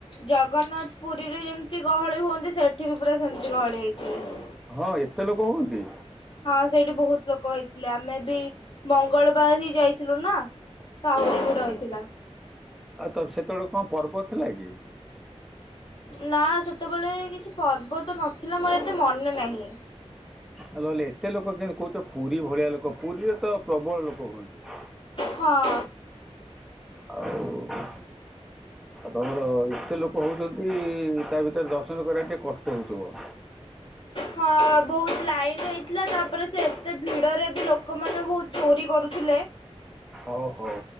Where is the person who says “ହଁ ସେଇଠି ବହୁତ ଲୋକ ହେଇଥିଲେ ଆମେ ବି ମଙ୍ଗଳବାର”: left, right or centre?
Left